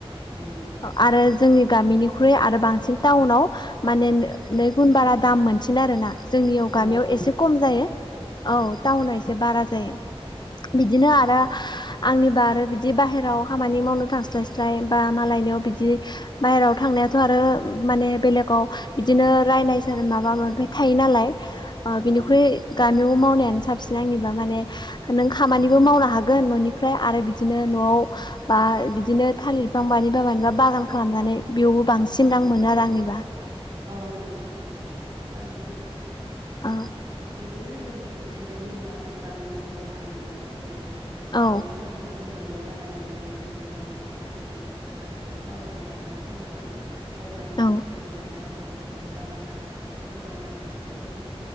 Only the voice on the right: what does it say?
औ नंगौ नोंथां
नंगौ
औ औ
नंगौ
नोंथां
नंगौ
औ
औ नंगौ
औ
औ
औ
नंगौ नोंथां नंगौ
औ
औ
औ नंगौ नोंथां नंगौ नंगौ थारैनो सैथो।
बिदिनो जों बिसोरो जेनेबा जों गामि गफानि माने जेरै
मैगं-थाइगंफोरखौ मोनजाया नालाय बिदिनो जोंफोरनि गामि ग' फानि मानसिफोराहाय बिदि टाउनावहाय माने फाननो लाङो। अब्लासो
बिसोर मोनजायो आरो बिदिनो दामफोरा बहुत गोबां जानायखौ नुनो मोनो।